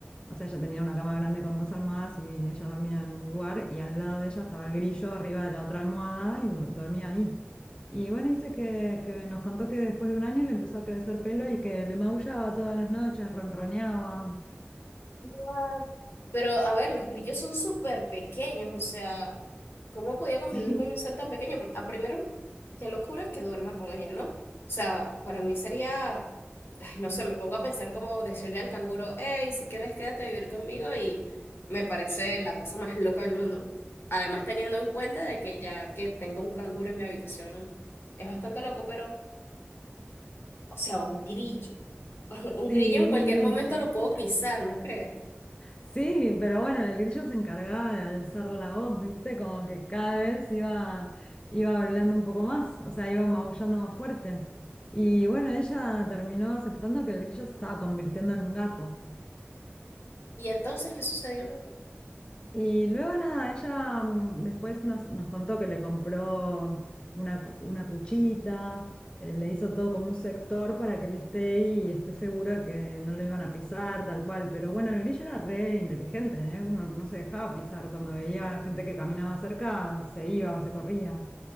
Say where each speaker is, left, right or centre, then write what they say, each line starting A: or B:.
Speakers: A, on the left; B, on the left.
A: O sea, ella tenía una cama grande con dos almohadas y ella dormía en un lugar y al lado de ella estaba el grillo arriba de la otra almohada y dur- dormía ahí. Y bueno, dice que, que nos contó que después de un año le empezó a crecer pelo y que le maullaba todas las noches, ronroneaba. <laughs>
B: What? Pero a ver, los grillos son súper pequeños, o sea, ¿cómo podía convivir
A: Sí.
B: con un ser tan pequeño? Porque, a primero, qué locura que duerma con ella, ¿no? O sea, para mí sería, ay, no sé, me pongo a pensar como decirle al canguro, hey, si quieres quédate a vivir conmigo y me parece la cosa más loca del mundo. Además, teniendo en cuenta de que ya que tengo un canguro en mi habitación, es bastante loco, pero, o sea, un grillo, <laughs> un
A: Sí,
B: grillo en
A: un
B: cualquier
A: grillo.
B: momento lo puedo pisar, ¿no crees?
A: Sí, pero bueno, el grillo se encargaba de alzar la voz, ¿viste? Como que cada vez iba, iba hablando un poco más, o sea, iba maullando más fuerte. Y bueno, ella terminó aceptando que el grillo se estaba convirtiendo en un gato.
B: ¿Y entonces qué sucedió luego?
A: Y luego nada, ella mm, después nos, nos contó que le compró una, cu- una cuchita, eh, le hizo todo como un sector para que él esté y esté seguro de que no lo iban a pisar, tal cual. Pero bueno, el grillo era re inteligente, ¿eh? Uno no se dejaba pisar. Cuando veía gente que caminaba cerca, se iba, se corría.